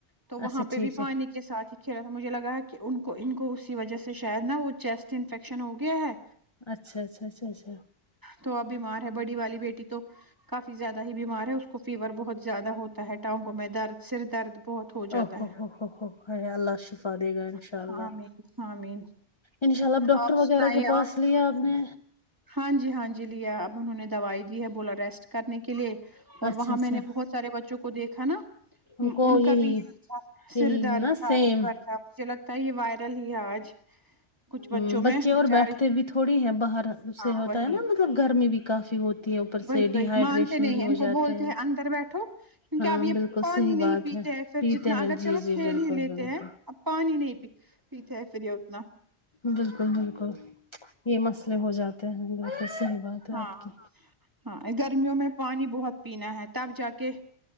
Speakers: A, on the right; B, on the left.
A: تو وہاں
B: اچھا
A: پہ
B: ٹھیک
A: بھی
B: ہے
A: پانی کے ساتھ ہی کھیلا تھا مجھے لگا ہے کہ ان کو ان کو اسی وجہ سے شاید نا وہ چیسٹ انفیکشن ہو گیا ہے
B: اچھا اچھا اچھا اچھا
A: تو اب بیمار ہے بڑی والی بیٹی تو کافی زیادہ ہی بیمار ہے اس کو فیور بہت زیادہ ہوتا ہے ٹانگوں میں درد سر درد بہت ہو جاتا
B: او ہوو ہو ہو ہو ہے اللہ شفا دے گا ان شاء
A: ہے
B: اللہ
A: آمین آمین
B: انشاء اللہ ڈاکٹر
A: آپ
B: وغیرہ
A: سنائیے
B: کے
A: اور
B: پاس لیا آپ نے
A: ہاں جی ہاں جی لیا اب انہوں نے دوائی دی ہے بولا ریسٹ کرنے کے لیے اور
B: اچھا
A: وہاں
B: اچھا
A: میں نے بہت سارے بچوں کو دیکھا نا
B: ہم کو
A: ان
B: یہی
A: کا بھی یہ تھا
B: یہی
A: سر درد
B: ہے نا
A: تھا
B: سیم
A: فیور تھا مجھے لگتا ہے یہ وائرل ہی ہے آج کچھ بچوں
B: ہمم
A: میں
B: بچے اور
A: بچارے
B: بیٹھتے بھی تھوڑی ہیں باہر اس
A: ہاں
B: سے ہوتا
A: وہی
B: ہے نا گرمی بھی کافی ہو ہے اوپر
A: وہی
B: سے
A: وہی
B: ڈی ہائیڈریشن
A: مانتے نہیں
B: بھی
A: ان کو
B: جاتے
A: بولتے ہیں اندر بیٹھو کیونکہ
B: ہاں
A: اب یہ
B: بالکل
A: پانی
B: صحیح
A: نہیں
B: بات
A: پیتے
B: ہے
A: ہیں پھر
B: پیتے
A: جتنا
B: ہیں
A: اگر
B: جی
A: چلو
B: جی
A: کھیل
B: بالکل
A: ہی لیتے
B: بالکل
A: ہیں اب پانی نہیں پیتے ہیں پھر یہ اتنا
B: بالکل بالکل یہ مسئلے ہو جاتے ہیں بالکل صحیح بات ہے
A: ہاں
B: آپ کی
A: ہاں گرمیوں میں پانی بہت پینا ہے تب جا کے